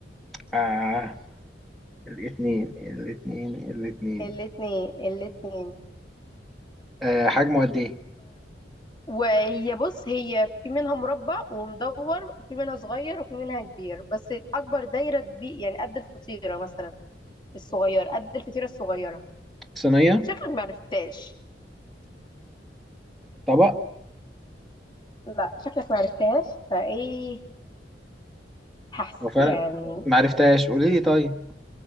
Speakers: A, in the centre; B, on the left (about 25°).
A: آه الاتنين الاتنين الاتنين
B: الاتنين الاتنين
A: آه حجمه قد ايه
B: وهي بص هي في منها مربع ومدور وفي منها صغير وفي منها كبير بس اكبر دايره كبير يعني قد الفطيره مثلا الصغير قد الفطيره الصغيره
A: صينية
B: شكلك ما عرفتاش
A: طبق
B: لا شكلك ما عرفتهاش فايه هحس
A: هو فعلا
B: يعني
A: معرفتهاش قولي لي طيب